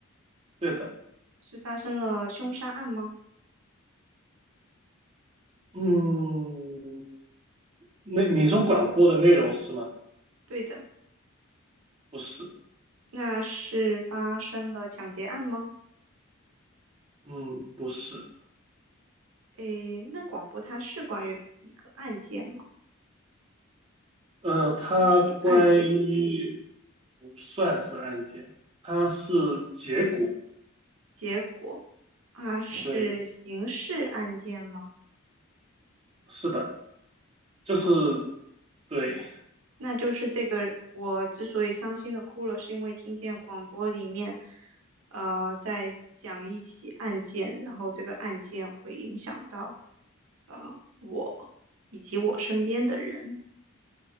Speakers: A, on the right; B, on the right.
A: 对的，
B: 是发生了凶杀案吗？
A: 嗯，那你说广播的内容是吗？
B: 对的，
A: 不是，
B: 那是发生了抢劫案吗？
A: 嗯，不是，
B: 诶，那广播它是关于一个案件吗？
A: 呃，它关于。
B: 一起案件，
A: 不算是案件，它是结果。
B: 结果啊是刑事案件吗？
A: 对，是的，就是
B: 哦。
A: 对，
B: 那就是这个，我之所以伤心的哭了，是因为听见广播里面，呃，在讲一起案件，然后这个案件会影响到，呃，我以及我身边的人。